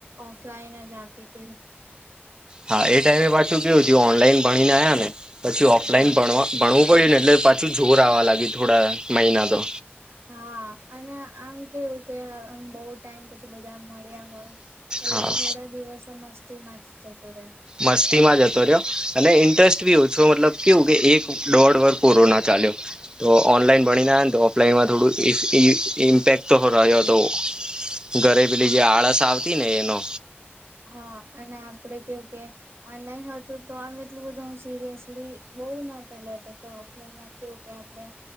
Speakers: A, on the right; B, on the right.
A: ઓફલાઈન જ આપી તી.
B: હા એ ટાઈમે પાછું કેવુ થ્યું ઓનલાઈન ભણીને આયા ને. પછી ઓફલાઈન
A: હા
B: ભણવા ભણવું પડ્યું ને એટલે પાછું જોર આવવા લાગ્યું થોડા મહિનાતો.
A: હા અને આમ કેવું કે આમ બહુ ટાઈમ પછી બધા મળ્યા હોય એટલે
B: હા
A: થોડા દિવસ મસ્તી માજ જતો રે
B: મસ્તીમાં જતો રહ્યો અને ઇન્ટરેસ્ટ બી મતલબ કેવું કે એક દોઢ વર કોરોના ચાલ્યો. તો ઓનલાઈન ભણીને ને તો ઓફલાઈનમાં થોડુંઇ ઇમ્પેક્ટ તો રહ્યો હતો ઘરે પેલી
A: હા
B: જે આળસ આવતીને એનો
A: હા અને. આપડે કેવું કે ઓનલાઈન હતુંતો આમ એટલું બધું આમ સિરિયસલી બવ નતા લેતા. ઓફલાઇનમાં કેવું કે આપણે